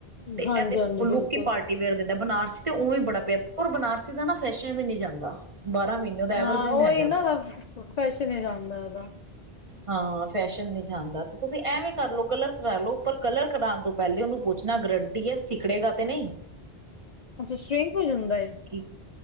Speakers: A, on the right; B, on the left.
A: ਤੇ
B: ਹਾਂਜੀ
A: ਐ ਤੇ,
B: ਹਾਂਜੀ
A: ਲੁਕ
B: ਬਿਲਕੁਲ
A: ਈ ਪਾਰ ਦਿੰਦਾ, ਬਨਾਰਸੀ ਤੇ ਉਹ ਵੀ ਬੜਾ ਪਿਆ, ਓਰ ਬਨਾਰਸੀ ਦਾ ਨਾ ਫੈਸ਼ਨ ਵੀ ਨਹੀਂ ਜਾਂਦਾ। ਬਾਰਾਂ ਮਹੀਨੇ ਉਹਦਾ, ਐਵਰਗ੍ਰੀਨ
B: ਹਾਂ ਉਹੀ
A: ਹੈਗਾ।
B: ਨਾ ਫੈਸ਼ਨ ਹੀ ਜਾਂਦਾ ਇਹਦਾ
A: ਹਾਂ ਫੈਸ਼ਨ ਨਹੀਂ ਜਾਂਦਾ, ਤੇ ਤੁਸੀਂ ਐਵੇਂ ਕਰਲੋ, ਕਲਰ ਕਰਾਲੋ, ਪਰ ਕਲਰ ਕਰਾਣ ਤੋਂ ਪਹਿਲੇ ਉਹਨੂੰ ਪੁੱਛਣਾ, ਗਰੰਟੀ ਏ, ਸਿੱਕੜੇਗਾ ਤੇ ਨਹੀਂ।
B: ਅੱਛਾ, ਸ਼੍ਰਿੰਕ ਹੋ ਜਾਂਦਾ ਏ?
A: ਕਿ,